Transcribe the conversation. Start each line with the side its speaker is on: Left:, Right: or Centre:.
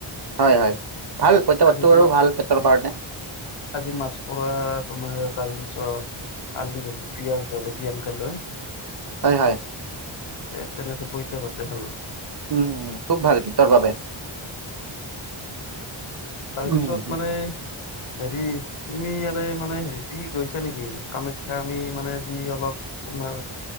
Right: হয়, হয়। ভাল পঁইতা ভাতটো
Left: আজি তোমাৰ
Right: বাৰু ভাল পেটৰ কাৰণে।
Left: আজি মাছ পুৰা তোমাৰ তাৰে পিছত আলু ভাজি, পিয়াঁজ, জলকীয়া এনকে লৈ
Right: হয়, হয়।
Left: এ তেনেকে পঁইতা ভাতে খালো।
Right: উম, খুব ভাল পেটৰ বাবে।
Left: তাৰপিছত
Right: উম
Left: মানে হেৰি তুমি এনে মানে হেৰিত দেখি গৈছা নেকি? কামাখ্যা আমি মানে যি অলপ তোমাৰ